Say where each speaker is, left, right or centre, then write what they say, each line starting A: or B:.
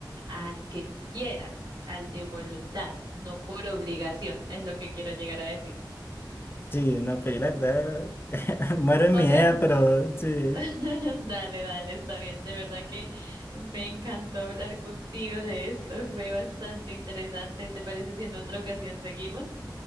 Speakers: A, on the right; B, on the left.
A: al que quiera, al de voluntad, no por obligación, es lo que quiero llegar a decir.
B: Sí, no, pero yo la verdad <laughs> muero en
A: O
B: mi
A: sea,
B: idea, pero sí.
A: <laughs> dale, dale, está bien. De verdad que me encantó hablar contigo de esto, <laughs> fue bastante interesante. ¿Te parece si en otra ocasión seguimos?